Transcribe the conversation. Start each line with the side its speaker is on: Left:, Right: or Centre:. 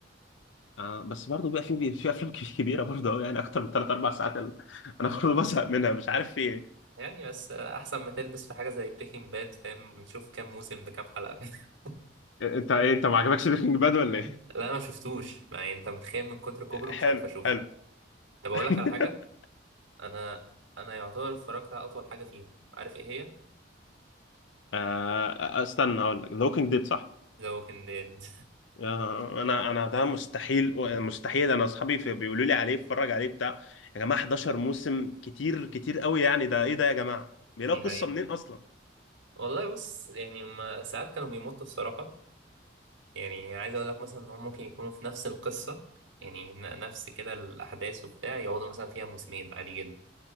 Left: آه بس برضه بيبقى في في افلام <laughs> كبير- كبيره برضه قوي يعني اكتر من ثلاث اربع ساعات ال- انا برضه بزهق منها مش عارف في ايه
Right: يعني بس احسن ما تلبس في حاجه زي بريكنج باد فاهم نشوف كام موسم بكام حلقه <laughs>
Left: انت ايه انت ما عجبكش بريكنج باد ولا ايه؟
Right: لا انا ما شفتوش ما يعني انت متخيل من كتر كبره
Left: حلو
Right: مش عارف اشوف
Left: حلو
Right: طب اقول
Left: <laughs>
Right: لك على حاجه انا انا يعتبر اتفرجت على اطول حاجه فيهم عارف ايه هي
Left: آه، استنى اقول لك ذا ووكينج ديد صح
Right: ذا ووكينج ديد
Left: آه، انا انا ده مستحيل مستحيل انا اصحابي في- بيقولوا لي عليه اتفرج عليه بتاع يا جماعه 11 موسم كتير كتير قوي يعني ده ايه ده يا جماعه بيلاقوا
Right: <laughs> دي حقيقة
Left: قصه منين اصلا
Right: والله بص يعني ما ساعات كانوا بيمطوا الصراحه يعني عايز اقول لك مثلا ان هم ممكن يكونوا في نفس القصه يعني ن- نفس كده الاحداث وبتاع يقعدوا مثلا فيها موسمين عادي جدا